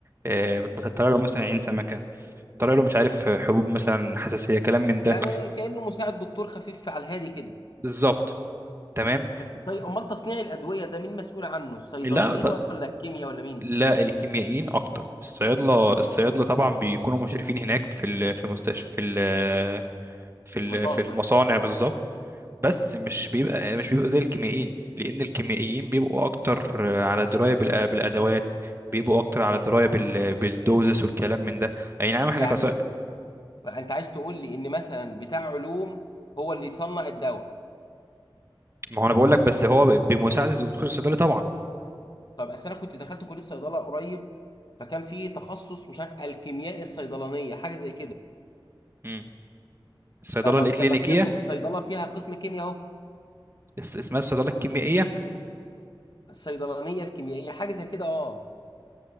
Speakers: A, on the right (about 30°); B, on the left (about 55°).
A: آه، مثلا طلع له مثلا عين سمكه طلع له مش عارف حبوب مثلا حساسيه كلام من ده
B: يعني كأنه مساعد دكتور خفيف على الهادي كده
A: بالظبط تمام
B: بس طيب امال تصنيع الادوية ده مين مسؤول عنه الصيدليين
A: لا
B: ولا الكيمياء ولا مين
A: لا الكيميائيين اكتر الصيادله الصيادله طبعا بيكونوا مشرفين هناك في ال- في مستشفى في ال- في ال-
B: مصانع
A: في المصانع بالظبط بس مش بيبقى مش بيبقى زي الكيميائيين لان الكيميائيين بيبقوا اكتر على درايه بالأ- بالادوات بيبقوا اكتر على درايه بال- بالدوزس والكلام من ده اي نعم احنا
B: يعني
A: كص...
B: انت عايز تقول لي ان مثلا بتاع علوم هو اللي يصنع الدواء
A: ما هو انا بقول لك بس هو بمساعده الدكتور الصيدلي طبعا
B: طب اصل انا كنت دخلت كليه صيدله قريب فكان في تخصص مش عارف الكيمياء الصيدلانيه حاجه زي كده
A: مم. الصيدله
B: فما
A: الاكلينيكيه
B: طب ما كده انتوا في صيدله فيها قسم كيمياء اهو
A: اس- اسمها الصيدله الكيميائيه
B: الصيدلانيه الكيميائيه حاجه زي كده اه